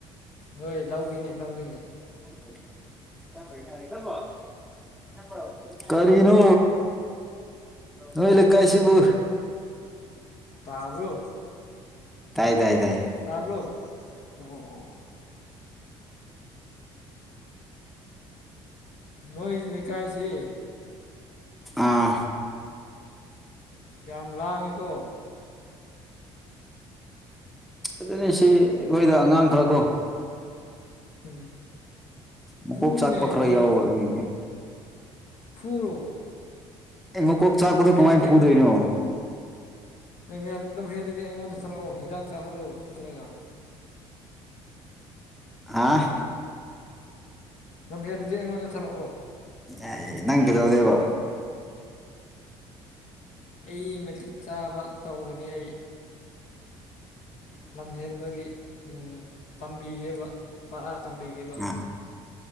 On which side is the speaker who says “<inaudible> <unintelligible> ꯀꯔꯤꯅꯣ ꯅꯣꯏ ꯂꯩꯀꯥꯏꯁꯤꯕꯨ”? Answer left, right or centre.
Centre